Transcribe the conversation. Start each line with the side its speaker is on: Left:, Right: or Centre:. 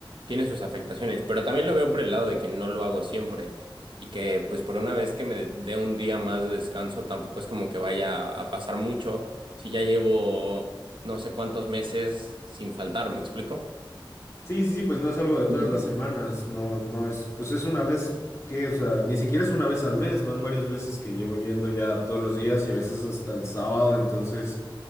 Right: tiene sus afectaciones, pero también lo veo por el lado de que no lo hago siempre y que pues por una vez que me dé un día más de descanso tampoco es como que vaya a pasar mucho si ya llevo no sé cuántos meses sin faltar, ¿me explico?
Left: Sí, sí, sí, pues no es algo de todas
Right: Ujú.
Left: las semanas, no, no es, pues es una vez que, o sea, ni siquiera es una vez al mes, van varios meses que llevo yendo ya todos los días y a veces hasta el sábado, entonces,